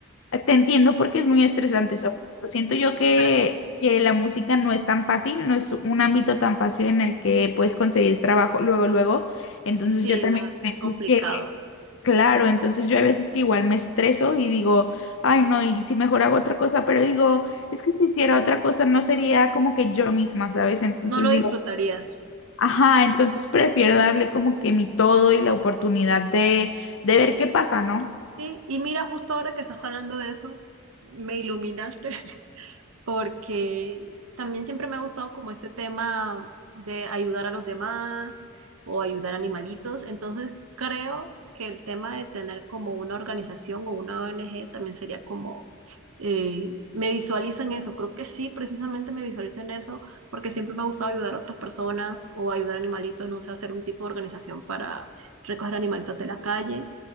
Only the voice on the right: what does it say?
pero
sí,
no, es
complicado.
No lo
disfrutarías.
Sí, y mira, justo ahora que estás hablando de eso, me iluminaste. porque también siempre me ha gustado como este tema de ayudar a los demás o ayudar a animalitos. Entonces creo que el tema de tener como una organización o una ONG también sería como, eh, me visualizo en eso, creo que sí, precisamente me visualizo en eso, porque siempre me ha gustado ayudar a otras personas o ayudar a animalitos, no sé, hacer un tipo de organización para recoger animalitos de la calle